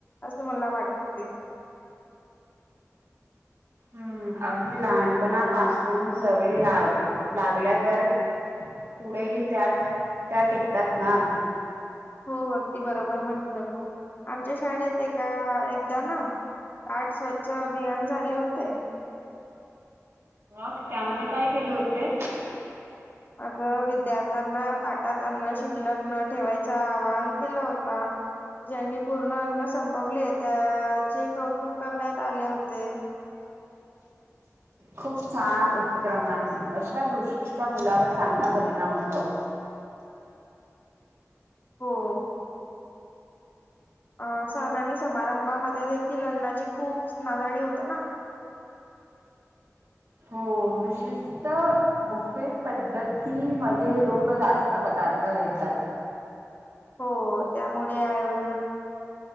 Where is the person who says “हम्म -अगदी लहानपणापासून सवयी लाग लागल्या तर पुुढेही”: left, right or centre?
Right